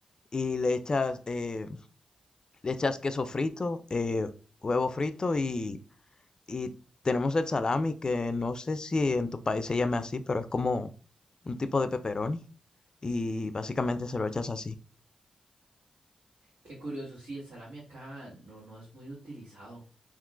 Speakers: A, on the left; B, on the right.
A: Y le echas, eh, le echas queso frito, eh, huevo frito y, y tenemos el salami, que no sé si en tu país se llame así, pero es como un tipo de pepperoni y básicamente se lo echas así.
B: Qué curioso, sí, el salami acá no, no es muy utilizado,